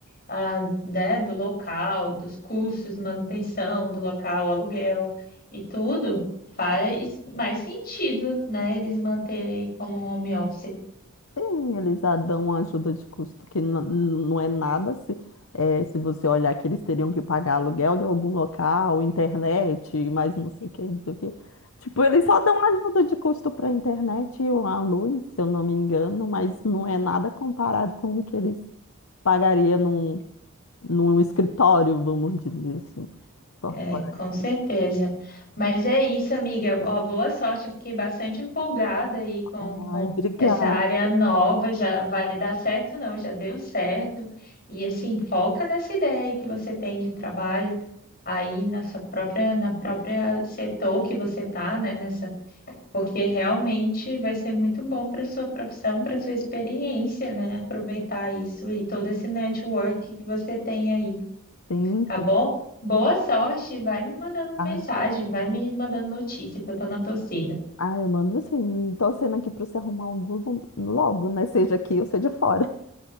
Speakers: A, on the left (about 45°); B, on the left (about 75°).
A: ah, né, do local, dos custos, manutenção do local, aluguel e tudo faz mais sentido, né? Eles manterem como home office.
B: Sim, eles já dão uma ajuda de custo que n- n- não é nada se, eh, se você olhar que eles teriam que pagar aluguel de algum local, internet, mais não sei o que, não sei o que. Tipo, eles só dão ajuda de custo para a internet e a luz, se eu não me engano, mas não é nada comparado com o que eles pagariam num, num escritório, vamos dizer assim, corporativo.
A: É, com certeza. Mas é isso, amiga. Ó, boa sorte. Eu fiquei bastante empolgada aí com,
B: Ai,
A: com
B: obrigada.
A: essa área nova. Já vai dar certo, não? Já deu certo. E assim, foca nessa ideia aí que você tem de trabalho aí na sua própria, na própria setor que você tá, né? Nessa, porque realmente vai ser muito bom para sua profissão, para sua experiência, né? Aproveitar isso e todo esse network que você tem aí
B: Sim,
A: tá
B: sim.
A: bom? Boa sorte, vai me mandando
B: Ai,
A: mensagem, vai me mandando notícia que eu tô na torcida.
B: ai, eu mando assim, torcendo aqui para você arrumar um Google logo, né? Seja aqui ou seja fora.